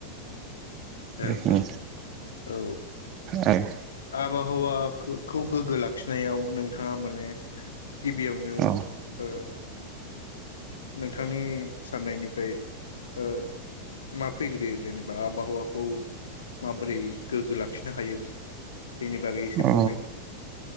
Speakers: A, on the left; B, on the right.
A: औ
B: बेखिनि
A: औ औ
B: आरो
A: आबहावाखौ गोग्गो लाखिनायाव नोंथाङा माने गिबियावनो
B: औ
A: ओ नोंथांनि साननायनिफ्राय ओ मा फैग्रोयो जेनेबा आबहावाखौ माबोरै गोग्गो लाखिनो हायो? बेनि बागै एसे
B: अ
A: फोरमायदो।